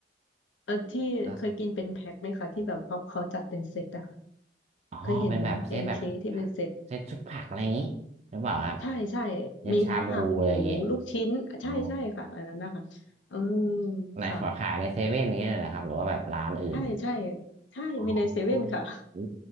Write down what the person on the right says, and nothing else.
แล้วอ๋อเป็นแบบเซตแบบผักเซตชุดผักอะไรอย่างนี้หรือเปล่าครับ
เซตชาบูอะไรอย่างงี้
อ๋อในขอขายในเซเว่นนี้เลยนะครับหรือว่าแบบร้านอื่น
อ๋อโอ้